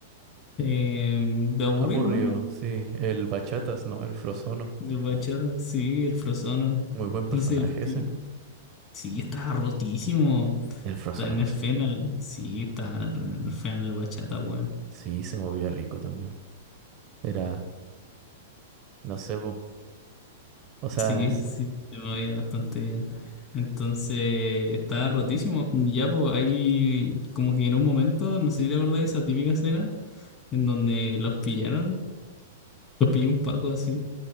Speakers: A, on the left; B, on the right.
A: eh, de aburrido,
B: aburrido,
A: ¿no?
B: sí. El Bachatas, ¿no? El Frozono.
A: El bachata, sí, el frozono.
B: Muy buen
A: Entonces
B: personaje
A: el tipo,
B: ese.
A: sí, estaba rotísimo.
B: El Frozono,
A: Está en el
B: sí.
A: Fenal, sí, está en el Fenal el bachata, weón.
B: Sí, se movía rico también. Era, no sé, po. O sea,
A: Sí,
B: ese-
A: sí, se me veía bastante bien. Entonces, estaba rotísimo. Y Ya, pues, ahí, como que en un momento, no sé si te acordáis, esa típica escena en donde los pillaron, los pilló un Paco así,